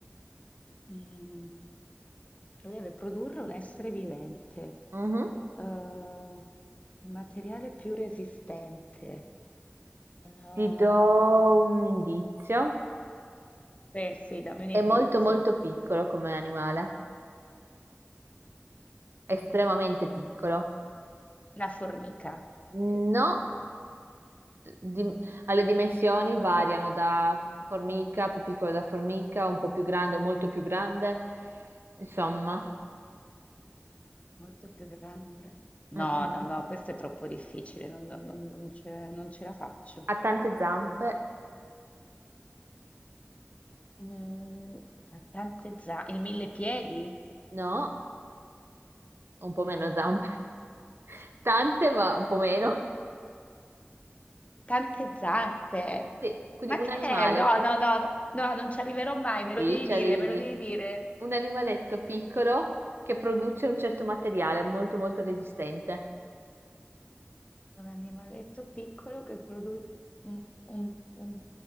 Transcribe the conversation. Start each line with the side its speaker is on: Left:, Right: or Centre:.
Left: mm, lo deve produrre un essere vivente.
Right: Mhm.
Left: Uh, il materiale più resistente. Uh,
Right: Ti do un indizio.
Left: beh, sì, dammi un
Right: È
Left: indizio.
Right: molto molto piccolo come animale,
Left: È,
Right: estremamente
Left: mo-
Right: piccolo.
Left: è molto... La formica.
Right: No, di- alle dimensioni variano da formica, più piccolo da formica, un po' più grande, molto più grande. Insomma,
Left: Molto più grande. No,
Right: Mm, mm,
Left: no,
Right: mm.
Left: no, questo è troppo difficile, non, non- non- non ce, non ce la faccio.
Right: ha tante zampe?
Left: Mm, ha tante zampe, il mille piedi?
Right: No, un po' meno zampe. <laughs> Tante, ma un po' meno.
Left: Tante zampe.
Right: Sì, quindi
Left: Ma
Right: un
Left: che
Right: animale,
Left: è? No, no, no, no, no, non ci arriverò mai, me
Right: sì,
Left: lo devi
Right: ci
Left: dire,
Right: arrivi,
Left: me lo devi dire.
Right: un animaletto piccolo che produce un certo materiale molto molto resistente.
Left: Un animaletto piccolo che produce un, un, un,